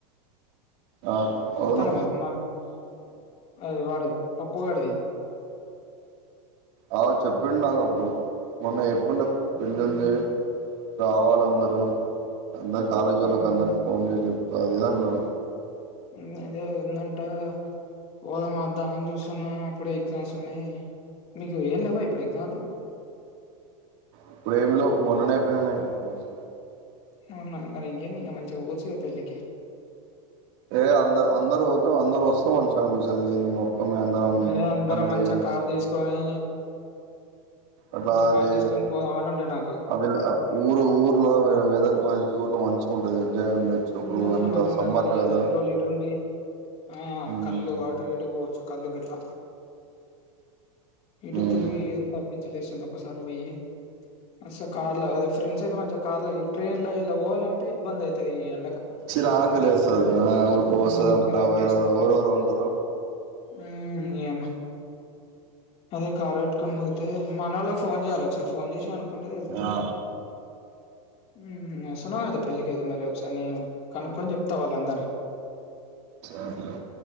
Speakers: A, on the right; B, on the left.
A: ఆ
B: వత్తానమా
A: అవును
B: మా అది వాడే ప పొగడిది
A: అ చెప్పిండు నాకు అప్పుడు మొన్న చే పుడ పెళ్ళి
B: హ్మ్.
A: ఉంది రావాలందరూ అందరు కాలేజీ
B: హ్మ్.
A: ఒలోకి అందరికి ఫోన్ చేసి చెప్పు చెప్పాలి అన్నాడు
B: ఊ అదే ఉందంటా పోదామా వద్దా అని చూస్తున్న అప్పుడే ఎగ్జామ్స్ ఉన్నాయి మీకు ఏం లేవా ఇప్పుడు ఎగ్జామ్లు,
A: ఇప్పుడేం లేవు మొన్ననే అయిపోయినాయి ఎగ్జామ్స్
B: అవునా మరి ఇంకేంది మంచిగా పోవచ్చు కదా పెళ్ళికి
A: ఏ అంద అందరు పో, అందరు వస్తే మనించిగా అనిపిస్తుంది నేను, ఒక్కడినే అందరం
B: అదే అందరూ
A: ఒక్కడినే
B: మంచిగా
A: పోయి ఏం చేస్తాం
B: కారు తీసుకొని,
A: అట్లా
B: మంచిగా
A: అది
B: కార్ తీసుకొని పోదామని ఉండే నాకు
A: అ విలై ఊరు ఊర్లో వెదర్ మ చూట్లలో మంచిగా ఉంటది ఎంజాయ్ ఉండొచ్చు ఇప్పుడు
B: ఊళ్ళలో
A: అంత
B: మంచిగా ఉంటాది
A: సమ్మర్
B: మళ్ళా
A: కదా
B: ఎన్ని రోజులు ఈడ ఉండి, ఆ
A: ఉమ్
B: కళ్ళు అటు ఇటు పోవచ్చు కల్లుగిట్ల ఇటు
A: ఉమ్
B: తిరిగి ఎంత పిచ్చిలేస్తుంది ఒకసారి పోయి అసలు కార్ లో ఫ్రెండ్స్ అయితే మంచిగా కార్ లో ట్రైన్ లో ఇలా పోవాలంటే ఇబ్బంది అయ్యితాది ఈ ఎ
A: చిరగా లేస్తాది ఆ ఉడక పోస్తాది
B: హ్మ్.
A: అంత
B: చిరాకు
A: ఎవరెవరు ఉంటరు,
B: హమ్ ఏమ అదే కార్ పెట్టుకని పోతే మన వాళ్ళకి ఫోన్ చేయాలి ఒకసారి ఫోన్ చేసి కనుకో అంటే తలుతది
A: ఆ
B: హు వస్తున్నావు ఐతే పెళ్ళికి అయితే మరే కానీ కనుక్కొని చెప్తా వాళ్ళ అందరీని
A: సరలే